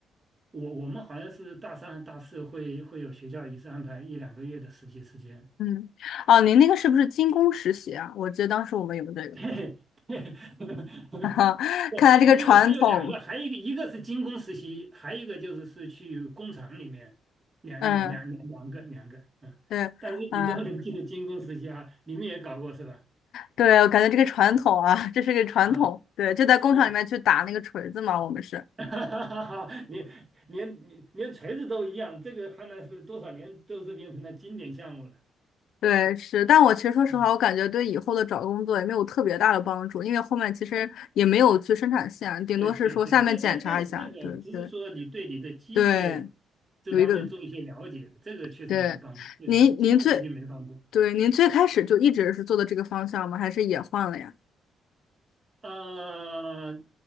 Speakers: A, on the right; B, on the left.
A: 我我们好像是大三和大四会会有学校一次安排一两个月的实习时间
B: 嗯。哦，您那个是不是金工实习啊？我记得当时我们有这个。
A: <laughs> 对，对 <laughs>
B: <laughs>
A: 不还有还有两个，
B: 看来这个传统，
A: 还有一个一个是精工实习，还有一个就是是去工厂里面，两两两两两个两个，
B: 嗯，
A: 嗯，
B: 对，
A: 但是你都能记得精工实习啊，
B: 嗯，
A: 你们也搞过是吧？
B: 对，我感觉这个传统啊，这是个传统，
A: 啊，
B: 对，就在工厂里面去打那个锤子嘛，
A: 你
B: 我们是，
A: <laughs> 哈哈哈 <laughs>，连连连锤子都一样，这个看来是多少年都是变成了经典项目了。
B: 对，是，但我其实说实话，
A: 嗯
B: 我感觉对以后的找工作也没有特别大的帮助，因为后面其实也没有去生产线，顶多是说下面检查一下，
A: 对对对，这这这这个只是说你对你的机械
B: 对对对，
A: 这方面做一些了解，
B: 有一个，
A: 这个确实没有帮助，
B: 对，
A: 这个经过实际没帮助。
B: 您您最，对，您最开始就一直是做的这个方向吗？还是也换了呀？
A: 呃，